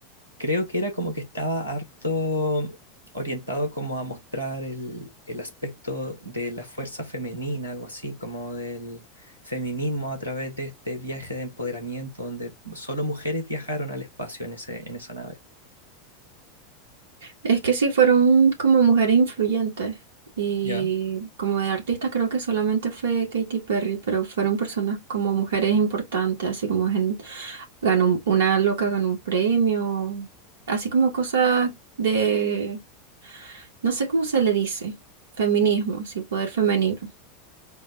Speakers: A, on the right; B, on the right.
A: creo que era como que estaba harto orientado como a mostrar el, el aspecto de la fuerza femenina, algo así, como del feminismo a través de este viaje de empoderamiento donde solo mujeres viajaron al espacio en ese, en esa nave.
B: Es que sí, fueron como mujeres influyentes y
A: ¿Ya?
B: como de artista creo que solamente fue Katy Perry, pero fueron personas como mujeres importantes, así como gen- ganó un- una loca ganó un premio, así como cosas de, no sé cómo se le dice, feminismo, sí, poder femenino.